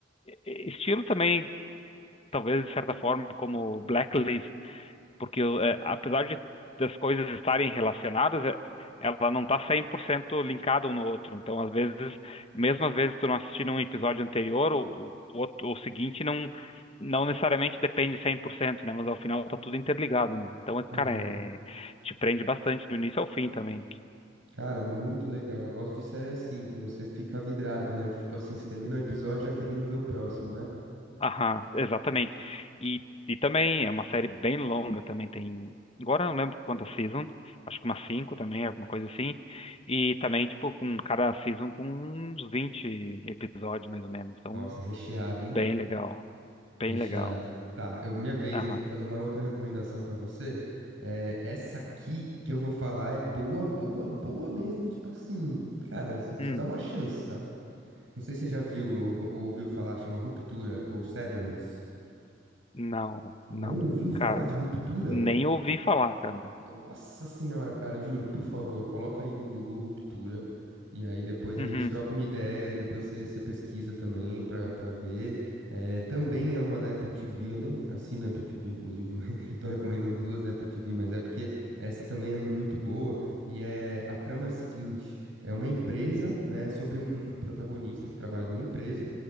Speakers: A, on the left (about 30°); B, on the right (about 90°).
A: estilo também, talvez de certa forma, como Blacklist, porque eh, apesar de das coisas estarem relacionadas, eh, ela não está 100% linkada um no outro. Então, às vezes, mesmo às vezes tu não assistindo um episódio anterior, o, o, outro- o seguinte não não necessariamente depende 100% né? Mas ao final tá tudo interligado, né? Então,
B: Uhum.
A: cara, é, te prende bastante do início ao fim também.
B: Cara, muito legal. Eu gosto de série assim, que você fica vidrado, né? Que tipo assim, você termina um episódio já querendo ver o próximo, né?
A: Aham, exatamente. E, e também é uma série bem longa, também tem. Agora eu não lembro quantas seasons, acho que umas cinco também, alguma coisa assim. E também, tipo, com cada season com uns 20 episódios, mais ou menos. Então,
B: Nossa, é recheado, hein?
A: bem legal. Bem
B: Recheado.
A: legal.
B: Tá, eu, minha vez,
A: Aham.
B: hein? Vou fazer uma outra recomendação pra você. É, essa aqui que eu vou falar é boa, boa, boa mesmo. Tipo assim, cara, você precisa
A: Hum,
B: dar uma chance, tá? Não sei se você já viu ou, ou ouviu falar, chama Ruptura ou Severance.
A: não,
B: Não
A: não,
B: ouviu falar
A: cara,
B: de Ruptura?
A: nem ouvi falar, cara.
B: Nossa senhora, cara, juro, por favor, coloca aí no Google ruptura. E aí depois
A: Uhum.
B: a gente troca uma ideia e depois você você pesquisa também pra, pra ver. Eh, também é uma da Apple TV, eu nem assino a Apple TV, inclusive, <laughs> mas tô recomendando duas da Apple TV, mas é porque essa também é muito boa. E é, a trama é a seguinte: é uma empresa, né, sobre um protagonista que trabalha numa empresa.